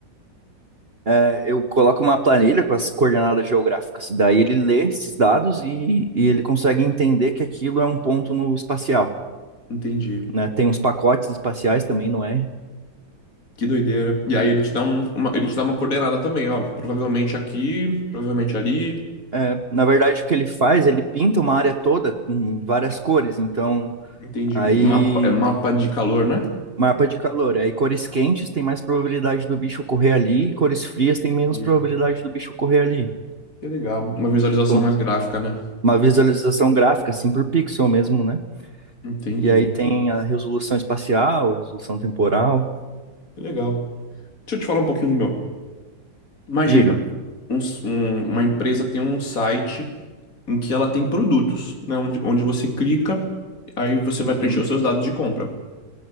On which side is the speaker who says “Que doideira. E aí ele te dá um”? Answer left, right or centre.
Left